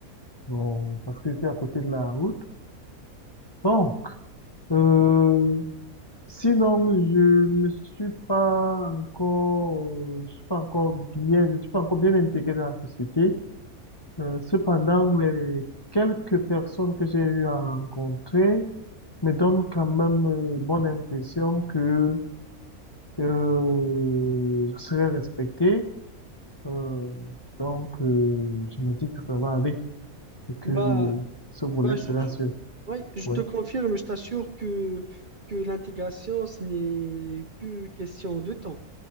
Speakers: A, on the left (about 20°); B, on the right (about 40°).
A: Bon, parce que je suis à côté de la route. Bon, euh, sinon, je me suis pas encore, je suis pas encore bien, je suis pas encore bien intégré dans la société. Euh, cependant, les quelques personnes que j'ai eu à rencontrer, me donne quand même euh, bonne impression que euh, je serai respecté. Euh, donc, euh, je me dis que ça va aller et que
B: bah,
A: ce volet
B: bah je,
A: sera
B: je-
A: sûr.
B: ouais, je
A: Oui,
B: te confirme, je t'assure que, que l'intégration, ce n'est que question de temps.